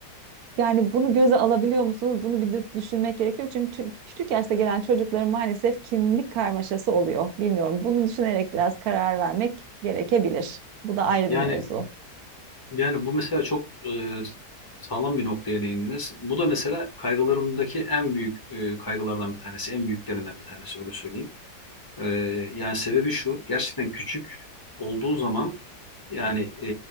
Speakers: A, on the right (about 70°); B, on the left (about 25°).
A: yani bunu göze alabiliyor musunuz? Bunu bir dü- düşünmek gerekiyor. Çünkü tü- küçük yaşta gelen çocukların maalesef kimlik karmaşası oluyor. Bilmiyorum. Bunu düşünerek biraz karar vermek gerekebilir. Bu da ayrı
B: Yani
A: bir mevzu.
B: Yani bu mesela çok e, sağlam bir noktaya değindiniz. Bu da mesela kaygılarımdaki en büyük e, kaygılardan bir tanesi, en büyüklerinden bir tanesi öyle söyleyeyim. E, yani sebebi şu, gerçekten küçük olduğu zaman yani e,